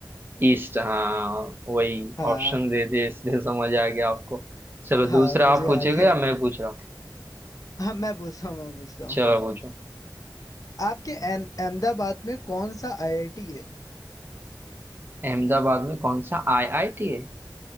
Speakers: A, on the right; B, on the left.
A: ईस्ट हाँ वही
B: हाँ
A: ऑप्शन दे दिए इसलिए समझ आ गया आपको चलो
B: हाँ
A: दूसरा
B: मुझे
A: आप पूछेगा
B: आ गया
A: या मैं पूछ रहा हूँ
B: हाँ मैं पूछता हूँ मैं पूछता हूँ
A: चलो पूछो
B: आपके अहम- अहमदाबाद में कौन सा आईआईटी है
A: अहमदाबाद में कौन सा आईआईटी है